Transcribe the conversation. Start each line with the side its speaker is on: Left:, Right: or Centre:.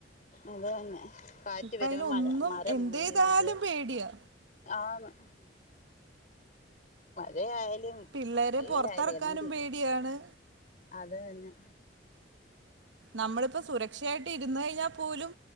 Left: അത് തന്നെ കാറ്റ്
Right: ഇപ്പ
Left: വരുമ്പോ
Right: അയിനൊന്നും
Left: മഴ മരം
Right: എന്തെയ്താലും
Left: മുറിഞ്ഞു വീഴുവാ
Right: പേടിയാ
Left: ആന്ന് മഴയായാലും
Right: പിള്ളേരെ
Left: വെയിലായാലും
Right: പൊറത്തെറ്ക്കാനും
Left: എന്തില്
Right: പേടിയാണ്
Left: അത് തന്നെ.
Right: നമ്മളിപ്പോ സുരക്ഷയായിട്ട് ഇരുന്ന് കഴിഞ്ഞാ പോലും